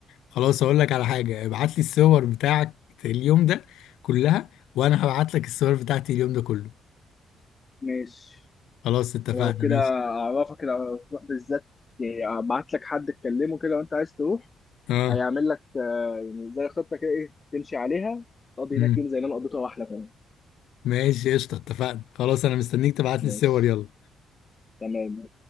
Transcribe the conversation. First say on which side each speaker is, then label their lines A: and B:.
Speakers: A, on the left; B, on the left.
A: خلاص اقول لك على حاجه ابعت لي الصور بتاعك اليوم ده كلها وانا هبعت لك الصور بتاعتي اليوم ده كله
B: ماشي
A: خلاص اتفقنا
B: لو كده
A: ماشي
B: اعرفك لو تروح بالذات يعني ابعت لك حد تكلمه كده وانت عايز تروح
A: اه
B: هيعمل لك آه، يعني زي خطه كده ايه تمشي عليها تقضي
A: امم
B: هناك يوم زي اللي انا قضيته واحلى كمان
A: ماشي قشطه اتفقنا خلاص انا مستنيك تبعت لي
B: ماشي
A: الصور يلا
B: تمام